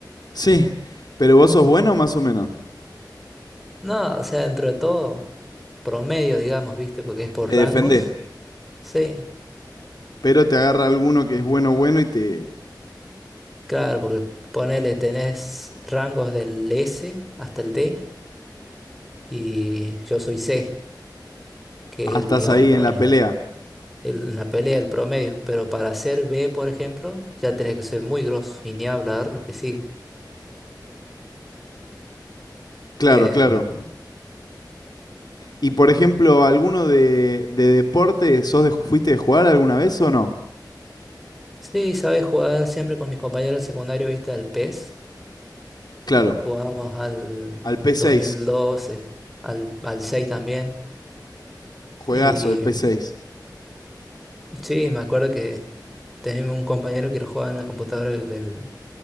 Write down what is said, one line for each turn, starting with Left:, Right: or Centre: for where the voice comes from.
Left: sí. Pero vos sos bueno más o menos.
Centre: No, o sea, dentro de todo, promedio, digamos, viste, porque es por
Left: Te
Centre: rangos.
Left: defendés.
Centre: Sí,
Left: Pero te agarra alguno que es bueno, bueno y te...
Centre: claro, porque ponele, tenés rangos del S hasta el D y yo soy C, que
Left: ah,
Centre: es el,
Left: estás
Centre: digamos,
Left: ahí
Centre: el, pro-
Left: en la
Centre: el,
Left: pelea.
Centre: el- en la pelea, el promedio. Pero para ser B, por ejemplo, ya tenés que ser muy grosso y ni hablar los que siguen.
Left: Claro,
Centre: Em,
Left: claro. Y por ejemplo, ¿alguno de, de deporte sos de, fuiste de jugar alguna vez o no?
Centre: Sí, sabes jugar siempre con mis compañeros del secundario, viste, al PES.
Left: Claro.
Centre: Jugábamos al
Left: Al P6,
Centre: 2012, al, al 6 también.
Left: juegazo
Centre: Y
Left: el P6.
Centre: sí, me acuerdo que teníamos un compañero que lo jugaba en la computadora del, del,